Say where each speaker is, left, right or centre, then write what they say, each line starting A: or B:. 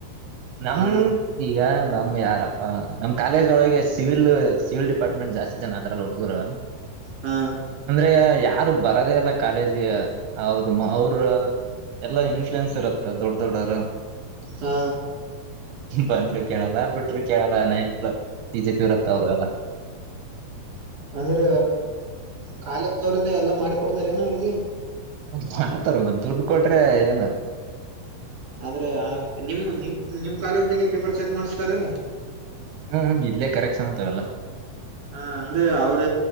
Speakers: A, on the right; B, on the right.
A: ನಮ್
B: ಹ
A: ಈಗ ನಮ್ ಯಾರ ಹ ನಮ್ ಕಾಲೇಜ್ ಒಳಗೆ ಸ ಸಿಿವಿ ಸಿವಿಲ್ ಡಿಪಾರ್ಟ್ಮೆಂಟ್ ಜಾಸ್ತಿ ಸನ್ ಅದ್ರಲ್ಲ ಹುಡುಗರು
B: ಹ
A: ಅಂದ್ರೆ ಯಾರು ಬರದೇ ಅಲ್ಲ ಕಾಲೇಜಿಗೆ ಅವ್ರ ಅವ್ರ ಎಲ್ಲಾ ಇನ್ಫ್ಲೂಯನ್ಸ್ ಇರತ್ತ ದೊಡ್ ದೊಡ್ಡರ
B: ಹಾ
A: ಬಂದ್ರಿ ಕೇಳಲ್ಲ ಬಿಟ್ರಿ ಕೇಳಲ್ಲ ನೈನ್ ಪ್ಲ ಟ ಜೆ ಪಿ ಇರತ್ತ ಅವ್ರಲ್ಲ
B: ಅಂದ್ರ ಕಾಲೇಜ ಅವ್ರದ್ದ ಎಲ್ಲಾ ಮಾಡಿ ಕೊಡ್ತಾರ ಏನ ಅವ್ರಿಗೆ
A: ಮಾಡ್ತರ್ಂಗ ದುಡ್ ಕೊಟ್ರೆ ಏನ್
B: ಅಂದ್ರೆ ನಿಮ ನಿಮ ನಿಮ್ ಕಾಲೇಜ್ದಾಗ ಪೇಪರ್ ಚೆಕ್ ಮಾಡ್ಸ್ತಾರಲ್ಲ
A: ಹ್ಮ ಹ ಇಡ್ಲೇ ಕರೆಕ್ಟ್ ಸತವಲ್ಲ
B: ಹ ಅಂದ್ರೆ ಅವ್ರ